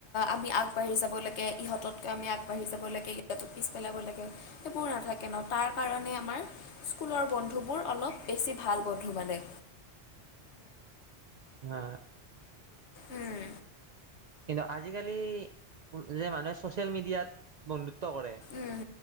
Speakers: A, on the left; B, on the right.
A: আমি আগবাঢ়ি যাব লাগে ইহঁততকৈ আমি আগবাঢ়ি যাব লাগে। পিছ পেলাব লাগে সেইবোৰ নাথাকে ন তাৰ কাৰণে আমাৰ স্কুলৰ বন্ধুবোৰ অলপ বেছি ভাল বন্ধু মানে।
B: হ
A: উম
B: কিন্তু আজিকালি যে, মানুহে ছচিয়েল মিডিয়াত বন্ধুত্ব। নকৰে,
A: উম